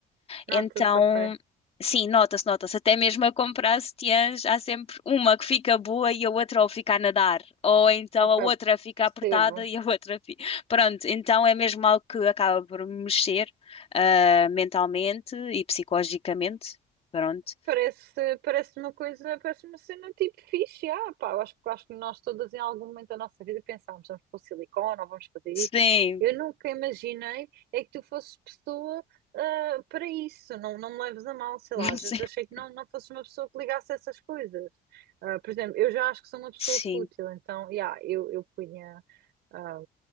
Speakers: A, on the right; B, on the left.
A: Nota-se,
B: Então,
A: ok.
B: sim, nota-se, nota-se. Até mesmo a comprar sutiãs, há sempre uma que fica boa e a outra ou fica a nadar, ou então
A: Ok,
B: a outra fica
A: percebo.
B: apertada e a outra fica. Pronto, então é mesmo algo que acaba por me mexer, ah, mentalmente e psicologicamente. Pronto.
A: Parece, parece uma coisa, parece uma cena tipo fixe, ah, pá, eu acho, eu acho que nós todas em algum momento da nossa vida pensámos, vamos pôr silicone, ou vamos fazer isto.
B: Sim,
A: Eu nunca imaginei é que tu fosses pessoa ah, para isso, não, não me leves a mal, sei
B: <laughs>
A: lá, às vezes achei que não, não fosses uma pessoa que ligasse a essas coisas. Ah, por exemplo, eu já acho que sou uma pessoa
B: sim.
A: fútil, então, yeah, eu, eu punha, ah,